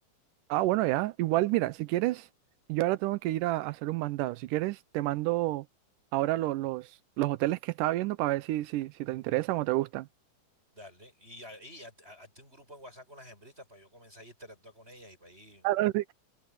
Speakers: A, on the right (about 80°); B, on the right (about 15°).
A: Ah, bueno, ya. Igual, mira, si quieres, yo ahora tengo que ir a, a hacer un mandado. Si quieres, te mando ahora lo- los, los hoteles que estaba viendo para ver si, si, si te interesan o te gustan.
B: Dale, y, a- y a- a- hazte un grupo en WhatsApp con las hembritas para yo comenzar a interactuar con ellas y para ir,
A: Claro, sí.